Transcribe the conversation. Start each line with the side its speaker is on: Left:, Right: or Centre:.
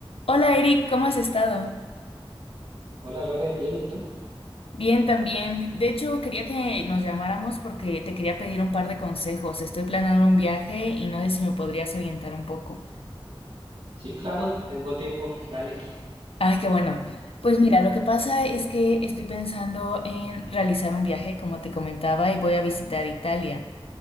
Left: Hola Eric, ¿cómo has estado?
Right: Hola Lore, bien, ¿y tú?
Left: Bien también. De hecho, quería que nos llamáramos porque te quería pedir un par de consejos. Estoy planeando un viaje y no sé si me podrías orientar un poco.
Right: Sí, claro, tengo tiempo, dale.
Left: Ay, qué bueno. Pues mira, lo que pasa es que estoy pensando en realizar un viaje, como te comentaba, y voy a visitar Italia.